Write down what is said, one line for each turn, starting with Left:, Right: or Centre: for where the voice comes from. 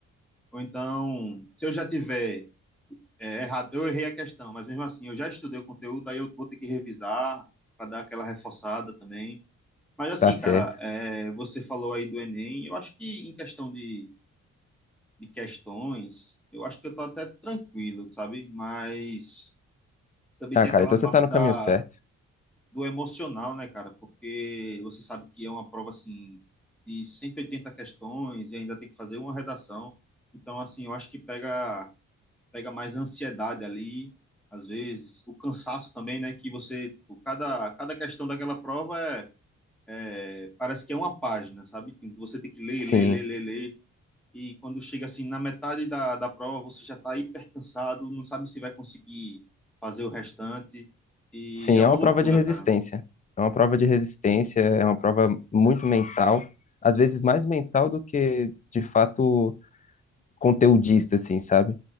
Centre: Ou então, se eu já tiver eh, errado, eu errei a questão, mas mesmo assim, eu já estudei o conteúdo, aí eu vou ter que revisar para dar aquela reforçada também. Mas assim,
Left: Tá certo.
Centre: cara, eh, você falou aí do Enem, eu acho que em questão de, de questões, eu acho que eu tô até tranquilo, sabe? Mas também
Left: Ah,
Centre: tem
Left: cara,
Centre: aquela
Left: então
Centre: parte
Left: você tá no
Centre: da
Left: caminho certo.
Centre: do emocional, né, cara? Porque você sabe que é uma prova assim de 180 questões e ainda tem que fazer uma redação. Então, assim, eu acho que pega pega mais ansiedade ali, às vezes o cansaço também, né? Que você, tipo, cada cada questão daquela prova é, é- parece que é uma página, sabe? Que Você tem que ler,
Left: Sim,
Centre: ler, ler, ler, ler. E quando chega assim na metade da, da prova, você já está hiper cansado, não sabe se vai conseguir fazer o restante. E
Left: sim,
Centre: é
Left: é
Centre: uma
Left: uma
Centre: loucura,
Left: prova de resistência.
Centre: cara.
Left: É uma prova de resistência, é uma prova muito mental, às vezes mais mental do que de fato conteudista, assim, sabe?